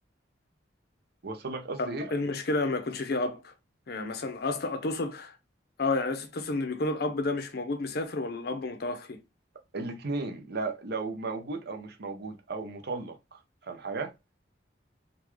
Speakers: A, on the right (about 60°); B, on the left (about 60°).
A: واصل لك قصدي
B: طب
A: ايه
B: إيه المشكلة ما يكونش فيه أب يعني مثلا أصلا تقصد اه يعني أصل تقصد إن بيكون الأب ده مش موجود مسافر ولا الأب متوفي
A: الاتنين لا لو موجود او مش موجود او مطلق فاهم حاجه